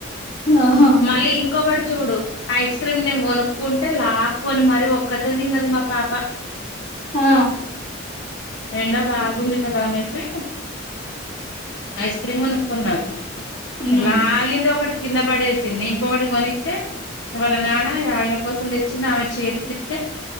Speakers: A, on the left (about 50°); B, on the left (about 65°).
A: ఆహా
B: మళ్ళీ ఇంకొకటి చూడు ఐస్ క్రీమ్ నేను కొనుక్కుంటే లాక్కొని మరి ఒక్కతే తిన్నది మా పాప
A: ఆ
B: ఎండా బాగుంది కదా అనేసి ఐస్ క్రీమ్ కొనుక్కున్నారు
A: ఉమ్
B: లాగింది ఒకటి కింద పడేసింది ఇంకొకటి కొనిత్తే వాళ్ళ నాన్న ఆయన కోసం తెచ్చింది ఆమె చేతికి ఇత్తే